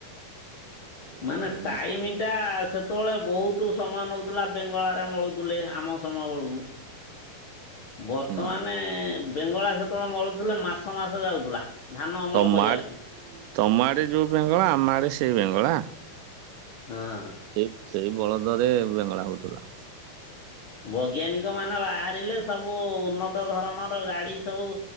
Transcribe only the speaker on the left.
ମାନେ
ଟାଇମ ଟା ସେ ସେତେବେଳେ ବହୁତ ସମୟ ନେଉଥିଲା ବେଙ୍ଗଳା ରେ ମଳୁଥିଲେ ଆମ ସମୟ ବେଳକୁ। ବର୍ତ୍ତମାନ
ବେଙ୍ଗଳା ସେତେବେଳେ ମଳୁଥିଲେ ମାସ ମାସ ଯାଉଥିଲା। ଧାନ ଅମଳ
କରିବା
ପାଇଁ
ହଁ।
ବୈଜ୍ଞାନିକ ମାନେ ବାହାରିଲେ ସବୁ ଉନ୍ନତ ଧରଣର ଗାଡି ସବୁ